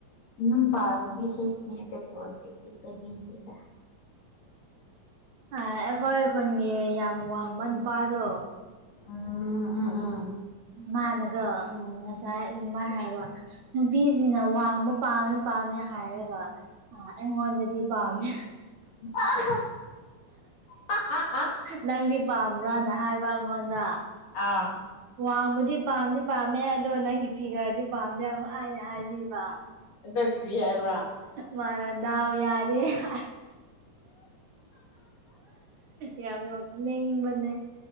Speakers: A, on the left; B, on the right.
A: ꯌ ꯄ ꯁꯤꯦꯅꯦ ꯁꯃꯤꯗ <unintelligible>
B: ꯑ ꯑꯩꯈꯣꯏ ꯈꯨꯟꯒꯤ ꯌꯥꯝ ꯋꯥꯡꯕ ꯅꯨꯄꯥꯗꯣ
A: ꯎꯝ ꯎꯝ ꯎꯝ
B: ꯃꯥꯅꯒ ꯎꯝ ꯉꯁꯥꯏ ꯃꯥ ꯍꯥꯏꯕ ꯅꯨꯄꯤꯖꯤꯡꯅ ꯋꯥꯡꯕ ꯄꯥꯝꯃꯦ ꯄꯥꯝꯃꯦ ꯍꯥꯏꯔꯒ ꯑ ꯑꯩꯉꫭꯟꯗꯗꯤ ꯄꯥꯝꯗꯦ
A: <unintelligible>
B: ꯅꯪꯗꯤ ꯄꯥꯝꯕ꯭ꯔꯥꯅ ꯍꯥꯏꯕ ꯑꯩꯉꯣꯟꯗ
A: ꯑꯥ
B: ꯋꯥꯡꯕꯗꯤ ꯄꯥꯝꯗꯤ ꯄꯥꯝꯃꯦ ꯑꯗꯣ ꯅꯪꯒꯤ ꯐꯤꯒꯔꯗꯤ ꯄꯥꯝꯗꯦ ꯑꯃ ꯑꯩꯅ ꯍꯥꯏꯖꯤꯟꯕ
A: ꯑꯗꯨ ꯀꯔꯤ ꯍꯥꯏꯕꯔ
B: ꯃꯥꯅ ꯗꯥꯎ ꯌꯥꯗꯦ ꯍꯥꯏ ꯌꯥꯝ ꯅꫭꯛꯅꯤꯡꯕꯅꯦ